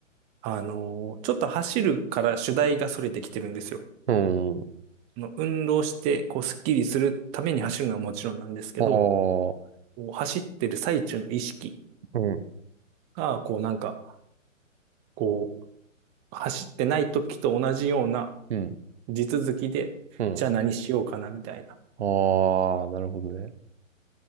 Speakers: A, on the right (about 15°); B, on the right (about 55°).
A: あの、ちょっと走るから主題がそれてきてるんですよ。
B: う。うん。
A: あの運動して、こう、スッキリするために走るのはもちろんなんですけど、
B: ああ、
A: こう走ってる最中の意識
B: うん、
A: が、こうなんか、こう、走ってない時と同じような
B: うん、
A: 地続きで、
B: うん。
A: じゃあ何しようかなみたいな。
B: ああ、なるほどね。